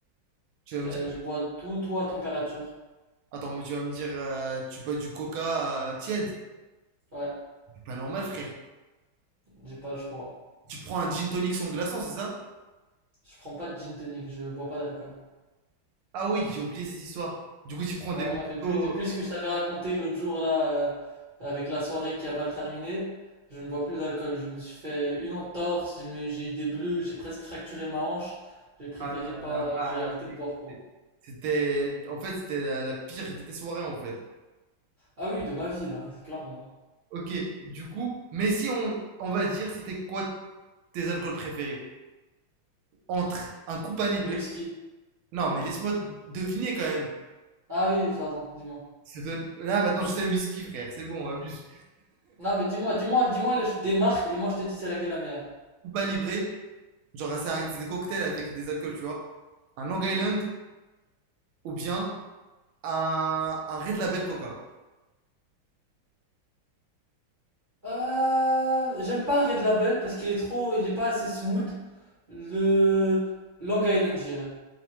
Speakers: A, on the right; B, on the right.
A: Tu vas me
B: Euh,
A: dire
B: je bois tout, tout à température.
A: Attends, mais tu vas me dire, euh, tu bois du coca euh, tiède?
B: Ouais,
A: C'est pas normal, frère.
B: j'ai pas le choix.
A: Tu prends un gin tonic sans glaçon, c'est ça?
B: Je prends pas de gin tonic, je bois pas d'alcool.
A: Ah oui, j'ai oublié cette histoire. Du coup, tu prends
B: Ouais,
A: des mojitos.
B: moi, depuis, depuis ce que je t'avais raconté l'autre jour, là, euh, avec la soirée qui a mal terminé, je ne bois plus d'alcool. Je me suis fait une entorse, je me- j'ai eu des bleus, j'ai presque fracturé ma hanche. J'ai préféré
A: Ah là
B: pas,
A: là, ah,
B: j'ai arrêté
A: mec,
B: de boire, quoi.
A: c'était, c'était- en fait, c'était la, la pire de tes soirées, en fait.
B: Ah oui, de ma vie, là, c'est clairement.
A: Ok, du coup, mais si on, on va dire, c'était quoi tes alcools préférés? Entre un Cuba Libre.
B: Le whisky.
A: Non, mais laisse-moi deviner quand même.
B: Ah oui, pardon, dis-moi.
A: Se donne... Là, maintenant, je sais le whisky, frère. C'est bon, on abuse.
B: Non, mais dis-moi, dis-moi, dis-moi les- des marques et moi je te dis c'est laquelle la meilleure.
A: Cuba Libre, Genre, c'est un- des cocktails avec des alcools, tu vois. Un Long Island ou bien un, un Red Label Coca.
B: Euh, j'aime pas Red Label parce qu'il est trop, il est pas assez smooth. Le Long Island, j'irais.